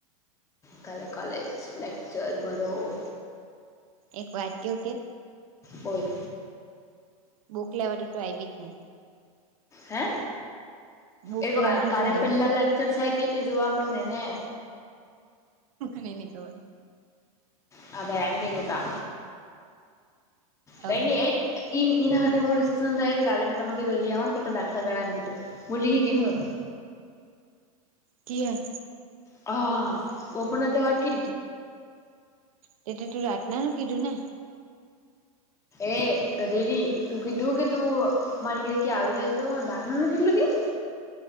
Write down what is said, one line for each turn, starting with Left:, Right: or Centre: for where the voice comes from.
Left: કલે કલેજ લેકચર ભરોો.
Right: એક વાટ કેવ કે.
Left: હોય.
Right: બુક લેવા તોું આવીબી જ ન.
Left: હે
Right: બુક
Left: એ
Right: લેવા તો
Left: કાલે
Right: તું આયવી
Left: પહેલા લેક્ચર છે કે તે જોવા પણ ને ને.
Right: ની ન કવા.
Left: હા ભાઈ એમ કે તટા કઈ
Right: અબ
Left: નહી એ. એના માટે હું રિસ્શન થાય કે કાલે મેં તમા વલી આવવાનું પ ત દાખલા ગણ એમ કીધું હું લીી કે હું.
Right: કે.
Left: <unintelligible> ઓપ તો વા
Right: ત ત તો તું રાતનાનું કીધું ને.
Left: એ ગઢેરી તું કીધું કે તું મારી ઘ ક્યાં આવી જજ દાખ નથીલું.